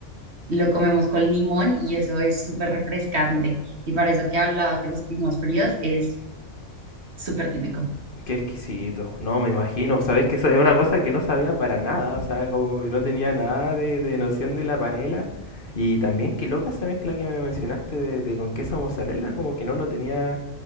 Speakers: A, on the right; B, on the left.
A: lo comemos con limón y eso es súper refrescante. Y para eso que hablabas de los climas fríos, es súper típico.
B: Qué exquisito. No, me imagino. Sabes que eso es una cosa que no sabía para nada. O sea, como no tenía nada de, de noción de la panela. Y también qué loca esa mezcla que me mencionaste de, de con queso mozzarella, como que no lo tenía